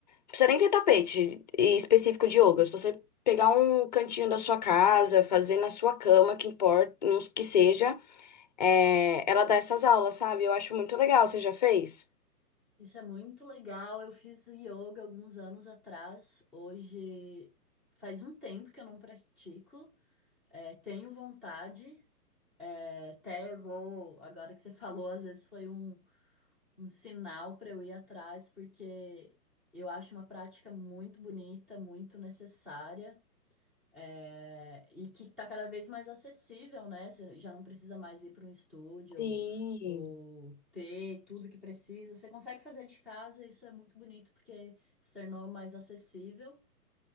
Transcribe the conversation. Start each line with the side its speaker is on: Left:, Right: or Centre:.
Left: precisa nem ter tapete específico de yoga. Se você pegar um cantinho da sua casa, fazer na sua cama, que importa, não- que seja, é, ela dá essas aulas, sabe? Eu acho muito legal. Você já fez?
Centre: Isso é muito legal. Eu fiz yoga alguns anos atrás. Hoje faz um tempo que eu não pratico. É, tenho vontade, é, até vou. Agora que você falou, às vezes foi um, um sinal para eu ir atrás, porque eu acho uma prática muito bonita, muito necessária, é, e que está cada vez mais acessível, né? Você já não precisa mais ir para um estúdio
Left: Sim.
Centre: ou, ou ter tudo que precisa. Você consegue fazer de casa, e isso é muito bonito, porque se tornou mais acessível.